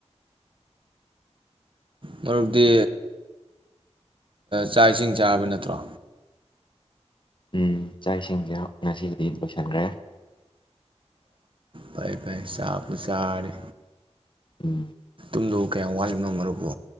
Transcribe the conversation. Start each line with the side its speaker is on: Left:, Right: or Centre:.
Right: ꯃꯔꯨꯞꯇꯤ ꯆꯥꯛ ꯏꯁꯤꯡ ꯆꯥꯔꯕ ꯅꯠꯇ꯭ꯔꯣ
Left: ꯎꯝ ꯆꯥꯛꯁꯤꯡꯁꯦ ꯉꯁꯤꯗꯤ ꯂꯣꯏꯁꯤꯟꯒ꯭ꯔꯦ
Right: ꯄꯥꯏ ꯄꯥꯏ ꯆꯥꯛꯄꯨ ꯆꯥꯔꯤ
Left: ꯎꯨꯝ
Right: ꯇꯨꯝꯗꯣ ꯀꯌꯥꯝ ꯋꯥꯠꯂꯤꯕꯅꯣ ꯃꯔꯨꯞꯄꯣ